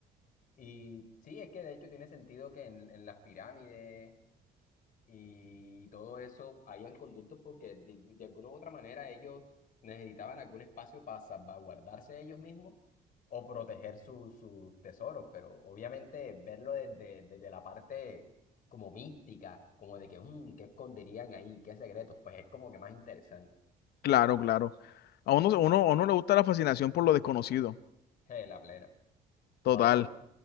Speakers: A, on the left (about 55°); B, on the left (about 70°).
A: Y sí, es que de hecho tiene sentido que en, en las pirámides y, todo eso hayan conductos porque de, de alguna u otra manera ellos necesitaban algún espacio para salvaguardarse ellos mismos o proteger su- sus tesoros, pero obviamente verlo desde, desde la parte como mística, como de que, "Mm, ¿qué esconderían ahí? ¿Qué secretos? Pues es como que más interesante,
B: Claro, claro. A uno, uno, a uno le gusta la fascinación por lo desconocido.
A: eh, la plena.
B: Total,
A: Mano.